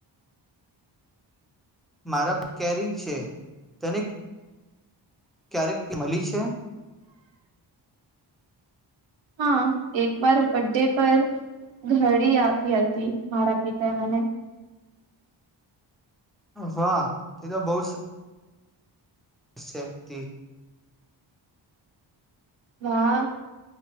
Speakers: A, in the centre; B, on the right.
A: મારા કેરી છે તેને ક્યારેક મળી છે
B: હા એક વાર બ ડે પર ઘડી આપી હતી મારા પિતાએ મને
A: વાહ તે તો બહુ સરસ છે
B: હા